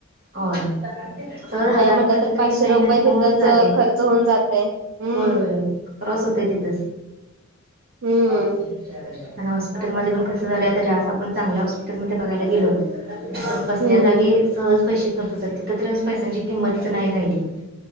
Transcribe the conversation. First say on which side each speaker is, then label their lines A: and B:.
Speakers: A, on the right; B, on the right.
A: होय सहज
B: नाही
A: हजारपर्यंत
B: म्हटलं तर
A: तरी
B: पाचशे
A: नाही नाही
B: रुपये
A: म्हणेपरेंत
B: तिथंच
A: जातय
B: अ, खर्च होऊन जातय. हम्म
A: होय होय त्रास होतोय तिथचं
B: हम्म
A: आणि हॉस्पिटल मध्ये पण कस झालंय आता जास्त आप ण चांगल्या हॉ स्पिटल मध्ये बघायला गेलं तर बसल्या
B: हम्म
A: जागी सहज पैशे खर्च होतात तिथं तर पैशांची किंमतच नाही राहिली.